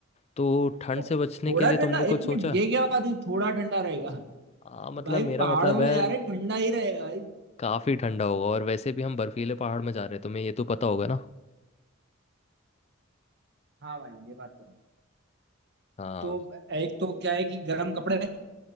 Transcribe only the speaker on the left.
तो ठंड
से बचने
के लिए
तुमने
कुछ सोचा
हाँ मतलब
मेरा
मतलब
है
काफ़ी ठंडा होगा और वैसे भी हम बर्फीले पहाड़ में जा रहे हैं तुम्हें ये तो पता होगा ना
हाँ